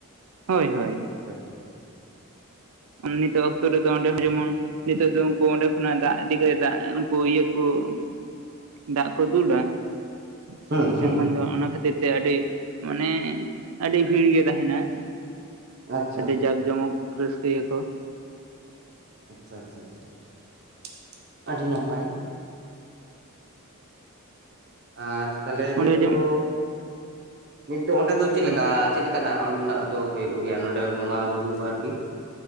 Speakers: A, on the right (about 80°); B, on the right (about 50°).
A: ᱦᱳᱭ ᱦᱳᱭ ᱾
B: <inaudible>
A: ᱱᱤᱛᱚᱜ ᱚᱠᱛᱚ ᱨᱮᱫᱚ ᱚᱸᱰᱮ ᱦᱚ ᱡᱮᱢᱚᱱ ᱱᱤᱛᱚᱜ ᱫᱚ ᱩᱱᱠᱩ ᱚᱸᱰᱮ ᱠᱷᱚᱱᱟᱜ ᱫᱟᱜ ᱤᱫᱤ ᱫᱟᱜ ᱩᱱᱠᱩ ᱤᱭᱟᱹ ᱠᱚ <inaudible> ᱫᱟᱜ ᱠᱚ ᱫᱩᱞᱟ ᱾ <inaudible>
B: ᱦᱩᱸ ᱦᱩᱸ
A: ᱮᱠᱷᱚᱱ
B: ᱦᱩᱸ
A: ᱫᱚ ᱚᱱᱟ ᱠᱷᱟᱹᱛᱤᱨ ᱟᱹᱰᱤ ᱢᱟᱱᱮ ᱟ. ᱰᱤ ᱵᱷᱤᱲ ᱜᱮ ᱛᱟᱦᱮᱱᱟ ᱾
B: ᱟᱪᱪᱷᱟ
A: ᱟᱹᱰᱤ ᱡᱟᱠ ᱡᱚᱢᱚᱠ ᱨᱟᱹᱥᱠᱟᱹᱭᱟᱠᱚ ᱾
B: ᱟᱪᱪᱷᱟ ᱟᱪᱪᱷᱟ ᱟᱪᱪᱷᱟ <inaudible> ᱟᱹᱰᱤ ᱱᱟᱯᱟᱭ ᱾ ᱟᱨ ᱛᱟᱦᱚᱞᱮ ᱱᱤᱛ
A: ᱚᱸᱰᱮ
B: ᱫᱚ
A: ᱡᱚᱢ
B: <inaudible> ᱱᱤᱛ ᱫᱚ ᱚᱸᱰᱮ ᱫᱚ ᱪᱮᱫ ᱞᱮᱠᱟ
A: ᱦᱳᱭ
B: ᱪᱮᱫ ᱞᱮ ᱠᱟᱱᱟᱜ ᱚᱸᱰᱮᱱᱟᱜ ᱫᱚ ᱦᱩᱭᱩᱜ ᱜᱮᱭᱟ ᱱᱚᱰᱮ ᱵᱚᱸᱜᱟ ᱵᱩᱨᱩ ᱠᱚ ᱟᱨᱠᱤ ᱾